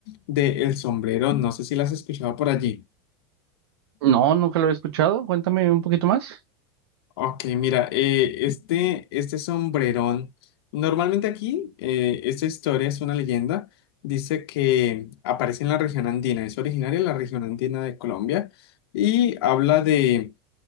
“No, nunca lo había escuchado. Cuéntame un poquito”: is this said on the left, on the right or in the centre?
Right